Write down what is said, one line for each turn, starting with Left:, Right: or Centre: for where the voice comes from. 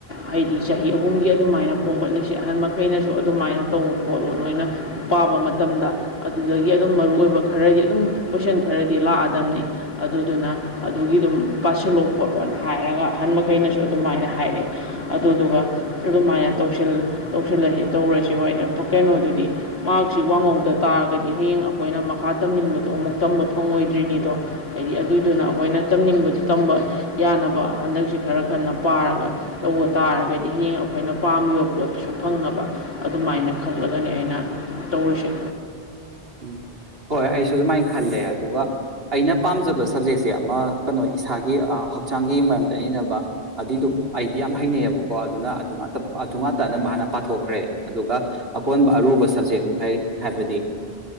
Left: ꯍꯥꯏꯗꯤ ꯆꯍꯤ ꯑꯍꯨꯝꯒꯤ ꯑꯗꯨꯃꯥꯏꯅ ꯈꯣꯝꯒꯠꯂꯤꯁꯦ ꯑꯍꯟ ꯃꯈꯩꯅꯁꯨ ꯑꯗꯨꯃꯥꯏꯅ ꯇꯧꯕ ꯈꯣꯠꯂꯣ ꯅꯣꯏꯅ ꯄꯥꯕ ꯃꯇꯝꯗ ꯑꯗꯨꯗꯒꯤ ꯑꯗꯨꯝ ꯃꯔꯨꯑꯣꯏꯕ ꯈꯔꯗꯤ ꯑꯗꯨꯝ ꯀꯣꯏꯁꯟ ꯈꯔꯗꯤ ꯂꯥꯛꯑꯗꯝꯅꯤ ꯑꯗꯨꯗꯨꯅ ꯑꯗꯨꯒꯤ ꯑꯗꯨꯝ ꯄꯥꯁꯤꯜꯂꯛ ꯈꯣꯠꯂꯣꯅ ꯍꯥꯏꯔꯒ ꯑꯍꯟ ꯃꯈꯩꯅꯁꯨ ꯑꯗꯨꯃꯥꯏꯅ ꯍꯥꯏꯔꯛꯑꯦ ꯑꯗꯨꯗꯨꯒ ꯑꯗꯨꯃꯥꯏꯅ ꯇꯧꯁꯤꯜ ꯁꯜꯂꯁꯤ ꯇꯧꯔꯁꯤ ꯍꯣꯏꯅꯦ ꯀꯩꯅꯣꯗꯨꯗꯤ ꯃꯥꯛꯁꯤ ꯋꯥꯡꯍꯧꯗ ꯇꯥꯔꯒꯗꯤ ꯍꯌꯦꯡ ꯑꯩꯈꯣꯏꯅ ꯃꯈꯥ ꯇꯝꯅꯤꯡꯕꯗꯣ ꯑꯃꯨꯛ ꯇꯝꯕ ꯐꯪꯉꯣꯏꯗ꯭ꯔꯤꯅꯤꯗꯣ ꯍꯥꯏꯗꯤ ꯑꯗꯨꯏꯗꯨꯅ ꯑꯩꯈꯣꯏꯅ ꯇꯝꯅꯤꯡꯕꯗ ꯇꯝꯕ ꯌꯥꯅꯕ ꯍꯟꯗꯛꯁꯤ ꯈꯔ ꯈꯟꯅ ꯄꯥꯔꯒ ꯇꯧꯕ ꯇꯥꯔꯒꯗꯤ ꯍꯌꯦꯡ ꯑꯩꯈꯣꯏꯅ ꯄꯥꯝꯃꯤꯕ ꯄꯣꯠꯇꯨꯁꯨ ꯐꯪꯅꯕ ꯑꯗꯨꯃꯥꯏꯅ ꯈꯜꯂꯒꯅꯤ ꯑꯩꯅ ꯇꯧꯔꯤꯁꯦ
Right: ꯎꯝ ꯍꯣꯏ ꯑꯩꯁꯨ ꯑꯗꯨꯃꯥꯏꯅ ꯈꯜꯂꯦ ꯑꯗꯨꯒ ꯑꯩꯅ ꯄꯥꯝꯖꯕ ꯁꯕꯖꯦꯛꯁꯦ ꯑꯃ ꯀꯩꯅꯣ ꯏꯁꯥꯒꯤ ꯍꯛꯆꯥꯡꯒꯤ ꯃꯔꯝꯗꯅꯤꯅꯕ ꯑꯗꯨꯏꯗꯣ ꯑꯩꯗꯤ ꯌꯥꯝ ꯍꯩꯅꯩꯌ‌ꯦꯕꯀꯣ ꯑꯗꯨꯅ ꯑꯗꯨ ꯉꯛꯇ ꯑꯗꯨ ꯉꯥꯛꯇ ꯑꯅꯝꯕ ꯍꯥꯟꯅ ꯄꯥꯊꯣꯛꯈ꯭ꯔꯦ ꯑꯗꯨꯒ ꯑꯀꯣꯟꯕ ꯑꯔꯨꯕ ꯁꯕꯖꯦꯛ ꯃꯈꯩ ꯍꯥꯏꯕꯗꯤ